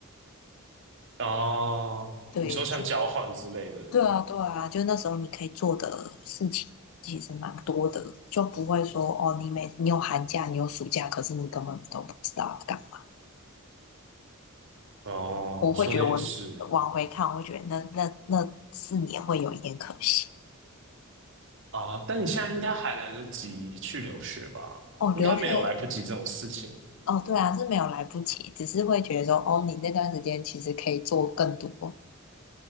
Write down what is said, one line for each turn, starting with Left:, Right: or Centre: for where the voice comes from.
Right: 哦，
Left: 对，
Right: 你说像交换之类的，
Left: 对啊，对啊，就那时候你可以做的事情其实蛮多的，就不会说哦，你每你有寒假，你有暑假，可是你根本都不知道要干嘛。
Right: 哦，
Left: 我会觉得我往回看，
Right: 说的也是
Left: 我会觉得那那那四年会有一点可惜。
Right: 啊。但你现在应该还来得及去留学吧？
Left: 哦，留学，
Right: 应该没有来不及这种事情
Left: 哦，对啊，是没有来不及，只是会觉得说，哦，你那段时间其实可以做更多。